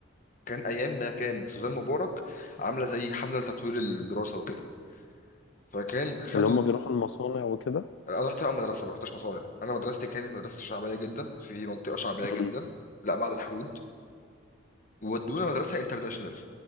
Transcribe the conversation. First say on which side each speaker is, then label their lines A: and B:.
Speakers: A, on the left; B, on the left.
A: كان ايام ما كان سوزان مبارك عامله زي حمله لتطوير الدراسه وكده فكان خدوا
B: اللي هما بيروحوا المصانع وكده
A: انا رحت بقى مدرسه ما رحتش مصانع انا مدرستي كانت مدرسه شعبيه جدا في منطقه شعبيه
B: مم.
A: جدا لا بعد الحدود وودونا مدرسه انترناشونال